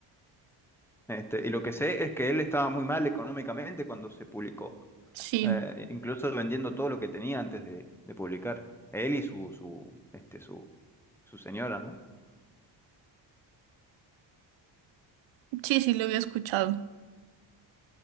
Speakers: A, in the centre; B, on the right.
A: Este, y lo que sé es que él estaba muy mal económicamente cuando se publicó.
B: sí,
A: eh, incluso vendiendo todo lo que tenía antes de, de publicar. Él y su, su, este, su, su señora, ¿no?
B: sí, sí, lo había escuchado.